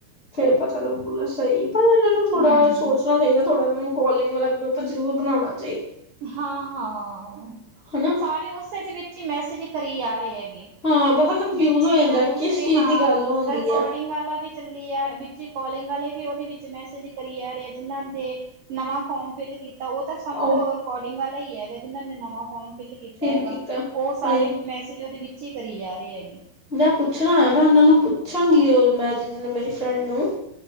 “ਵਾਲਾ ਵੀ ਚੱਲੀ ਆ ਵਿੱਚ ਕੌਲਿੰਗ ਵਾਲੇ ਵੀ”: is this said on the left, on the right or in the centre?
Right